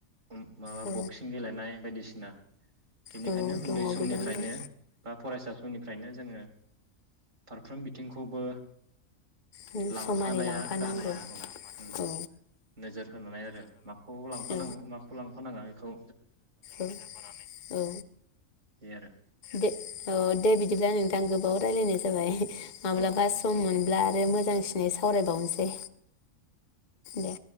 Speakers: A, on the right; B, on the left.
A: माबा
B: औ
A: बक्सिं गेलेनाय बायदिसिना बेनिखायनो
B: औ
A: उन्दै
B: दङ
A: समनिफ्रायनो
B: गोबां दं
A: बा फरायसा समनिफ्रायनो जोङो फ्राम बिथिंखौबो
B: समानै
A: लांफानाया
B: लांफानांगौ
A: गाहाम आरो औ उ
B: औ
A: नोजोर होनानै आरो माखौ लांफ
B: औ
A: माखौ लांफानाङा इखौ
B: औ औ
A: बे आरो
B: दे औ दे बिदिब्ला नोंथां। आं गोबाव रायलायनाय जाबाय। माब्लाबा
A: औ औ
B: सम मोनब्ला आरो मोजांसिनै
A: दे
B: सावरायबावनोसै। दे दे